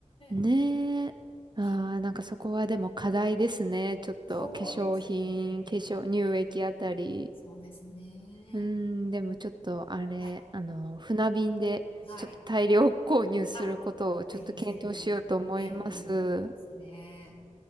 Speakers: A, on the right; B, on the left.
A: ねえ。
B: え。
A: ああ、
B: ひ
A: なんかそこはでも課題ですね。ちょっと化粧品、
B: そうですね。やっぱり
A: 化粧、乳液あたり。
B: そうですね。
A: うーん、でもちょっとあれ、
B: はい。
A: あの、船便でちょっと大量購入することをちょっと検討しようと思います。
B: はい。あ、ぜひぜひ、ぜひ、
A: は
B: そうですね。